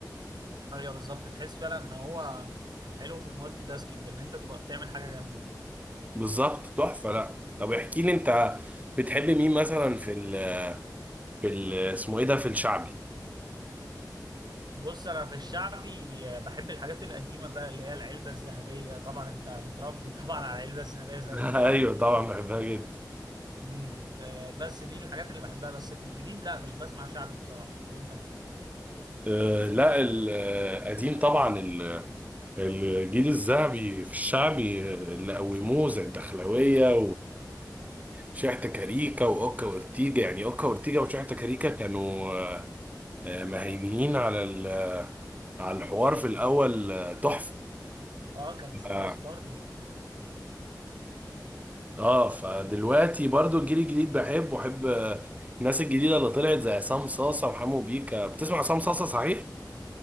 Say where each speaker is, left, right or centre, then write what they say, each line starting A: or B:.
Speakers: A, on the right; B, on the right.
A: ايوه بالظبط تحس فعلا ان هو حلو في المالتي تاسكينج ان انت تبقى بتعمل حاجه جنبه
B: بالظبط تحفه لا طب احكي لي انت بتحب مين مثلا في ال في ال اسمه ايه ده في الشعبي
A: بص انا في الشعبي آه، بحب الحاجات القديمه بقى اللي هي العلبه الذهبيه طبعا انت متربي <laughs> طبعا على العلبه الذهبيه زي
B: <laughs>
A: ها
B: ايوه طبعا بحبها جدا
A: مم. آه، بس دي الحاجات اللي بحبها بس في الجديد لا مش بسمع شعبي بصراحه وانت
B: آه، لا القديم طبعا ال- الجيل الذهبي في الشعبي آه، اللي قوموه زي الدخلاوية وشحتة كاريكا وأوكا وأورتيجا يعني أوكا وأورتيجا وشحتة كاريكا كانوا آه، مهيمنين على ال- آه، على الحوار في الأول آه، تحفة
A: اه كانوا سوبر
B: اه
A: ستارز يعني
B: آه، فدلوقتي برضو الجيل الجديد بحب وأحب آه، الناس الجديدة اللي طلعت زي عصام صاصة وحمو بيكا بتسمع عصام صاصة صحيح؟